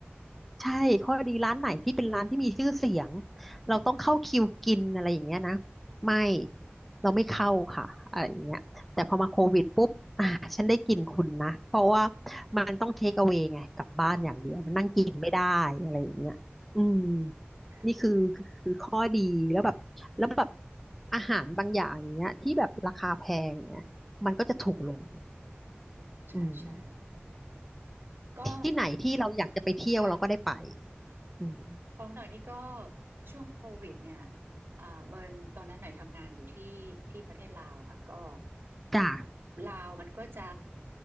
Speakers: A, in the centre; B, on the right.
A: ใช่ข้อดีร้านไหนที่เป็นร้านที่มีชื่อเสียงเราต้องเข้าคิวกินอะไรอย่างเงี้ยนะไม่เราไม่เข้าค่ะอะไรอย่างเงี้ยแต่พอมาโควิดปุ๊บอ่าฉันได้กินคุณนะเพราะว่ามันต้องเทคเอา a y ไงกลับบ้านอย่างเดียวมันนั่งกินไม่ได้อะไรอย่างเงี้ยอืม
B: อืมค่ะ
A: นี่คือคือคือข้อดีแล้วแบบแล้วแบบอาหารบางอย่างเนี้ยที่แบบราคาแพงเนี่ยมันก็จะถูกลง
B: ใช่ใช่
A: อืม
B: ก็
A: ที่ไหนที่เราอยากจะไปเที่ยวเราก็ได้ไป
B: ค่ะ
A: อืม
B: ของหน่อยนี่ก็ช่วงโควิดเนี่ยอ่าเบิร์นตอนนั้นหน่อยทำงานอยู่ที่ที่ประเทศลาวค่ะก็
A: จ้ะ
B: ลาวมันก็จะ